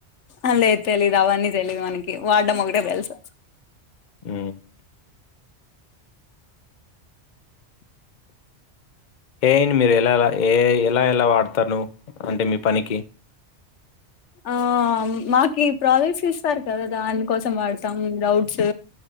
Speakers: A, on the left; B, on the left.
A: అ లేేదు తెలీదు అవన్నీ తెలీదు మనకి వాడడం ఒకటే తెల్సు
B: ఉమ్ ఎయిన్ మీద ఏఐ మీరు ఎలాలా ఏ ఎలా ఎలా వాడతారు నువ్వు అంటే మీ పనికి
A: ఆ మాకు ఈ ప్రాజెక్ట్స్ ఇస్తారు కదా దానికోసం వాడతాం డౌట్స్